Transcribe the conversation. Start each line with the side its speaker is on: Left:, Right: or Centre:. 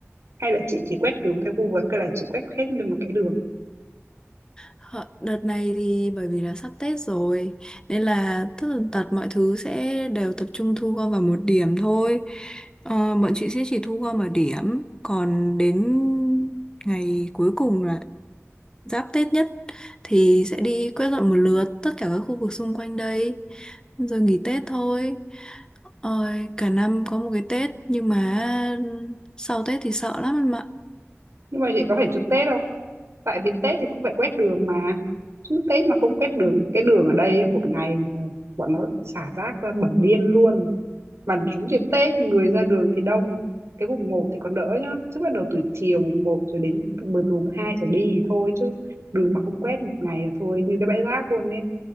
Right: Hay là chị chỉ quét đường theo Google hay là chị quét hết nguyên một cái đường?
Left: Hợ, Đợt này thì bởi vì là sắp Tết rồi nên là tất tần tật mọi thứ sẽ đều tập trung thu gom vào một điểm thôi. Ờ, bọn chị sẽ chỉ thu gom ở điểm còn đến ngày cuối cùng là giáp Tết nhất thì sẽ đi quét dọn một lượt tất cả các khu vực xung quanh đây rồi nghỉ Tết thôi. Ôi, cả năm có một cái Tết nhưng mà sau Tết thì sợ lắm em ạ.
Right: Nhưng mà chị có phải trực Tết không? Tại vì Tết thì cũng phải quét đường mà. Chứ Tết mà không quét đường, cái đường ở đây á, một ngày là bọn nó xả rác ra bẩn điên luôn. Mà đúng dịp Tết người ra đường thì đông. Cái mùng một thì còn đỡ nhá. Chứ bắt đầu từ chiều mùng một rồi đến từ từ mùng 2 trở đi thì thôi chứ đường mà không quét một ngày là thôi như cái bãi rác luôn ấy.